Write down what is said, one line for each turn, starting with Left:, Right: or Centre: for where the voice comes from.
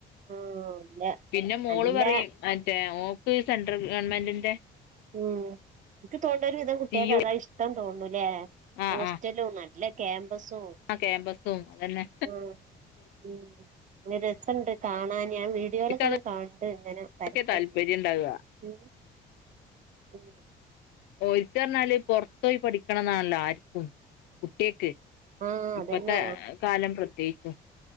Right: ആഹ് ഇല്ല
Left: പിന്നെ മോള്
Right: നല്ല
Left: പറയും മറ്റേ ഓക്ക് സെന്റർ ഗവൺമെന്റിന്റെ.
Right: ഉം. ഇക്ക് തോണ്ണത് കുട്ട്യേക്കതാ
Left: സി യു
Right: ഇഷ്ടം തോന്നണൂല്ലേ..
Left: ആഹ്
Right: ഹോസ്റ്റലും
Left: ആഹ്
Right: ന്നാ നല്ല ക്യാമ്പസോ
Left: ആ ക്യാമ്പസും അതന്നെ
Right: ആ.. ഉം വെരസണ്ട് കാണാൻ ഞാൻ വീഡിയോലൊക്കെന്നെ
Left: ഓൽക്ക്
Right: കാണ്ട് ഇങ്ങനെ
Left: അതൊക്കെ
Right: പരസ്യം
Left: താല്പര്യം ഉണ്ടാവുക
Right: മ്മ് ഉം,
Left: ഓൽക്റഞ്ഞാല് പൊറത്ഓയി പഠിക്കണം എന്നാല്ല ആർക്കും കുട്ട്യാക്ക്.
Right: ആഹ് അതന്നെ
Left: ഇപ്പത്തെ കാലം പ്രത്യേകിച്ചും.